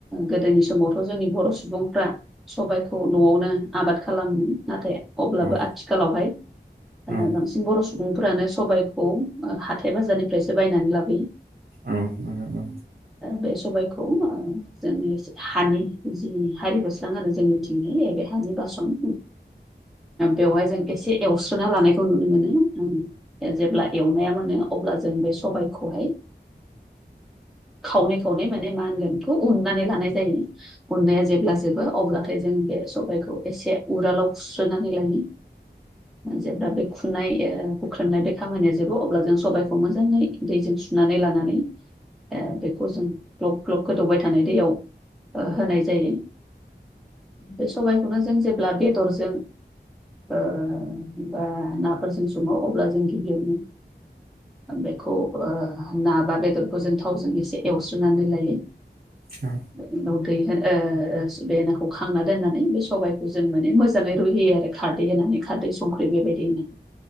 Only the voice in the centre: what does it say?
गोदोनि समावथ' जोंनि बर' सुबुंफ्रा सबायखौ न'आवनो आबाद खालामो नाथाय। अब्लाबो
आथिखालावहाय बांसिन
ओ बर' सुबुंफोरानो सबाइखौ हाथाय बाजारनिफ्रायसो बायनानै लाबोयो ओ
बे सबायखौ जोंनि हानि जि हारिया आरो जोंनिथिं बेहानि बासोन बेवहाय जों एसे एवस्रोना लानायखौ नुनो मोनो। जेब्ला एवनाया मोनो अब्ला जों बे सबायखौहाय खावनै खावनै माने मा होनगोन बेखौ उन्नानै लानाय जायो। अननाया जेब्ला जोबो अब्लाथाय जों बे सबायखौ एसे उरालाव सुस्रोनानै लायो जेब्ला बे खुनाय ओ हुख्रेमनाय बे खामानिया जोबो अब्ला जों सबायखौ मोजाङै दैजों सुनानै लानानै बेखौ जों ग्लब ग्लब गोदौबाय थानाय दैयाव होनाय जायो। बे सबाइखौनो जों जेब्ला बेदरजों ओ बा नाफोरजों सङो अब्ला जों गिबियावनो बेखौ ओ ना बा बेदरखौ जों थावजों एसे एवस्रोननानै लायो।
उनाव दै होनो बे नाखौ खांना दोननानै बे सबायखौ जों माने मोजाङै रुहैयो आरो। खारदै होनानै खारदै संख्रि बेबायदि हो